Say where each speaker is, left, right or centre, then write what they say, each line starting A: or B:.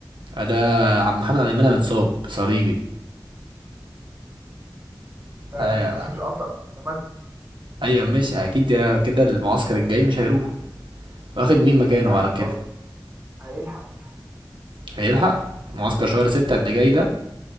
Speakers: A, on the right (about 85°); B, on the right (about 25°).
A: ده عبد محمد عبد المنعم اتصاب صليبي
B: ده
A: آه،
B: مش بس مش قطع ده مز...
A: ايوه ماشي اكيد ده كده المعسكر الجاي مش هيروح واخد مين مكانه
B: لا
A: على
B: يا
A: كده
B: راجل هيلحق هيلحق
A: هيلحق معسكر شهر ستة
B: مم.
A: اللي جاي ده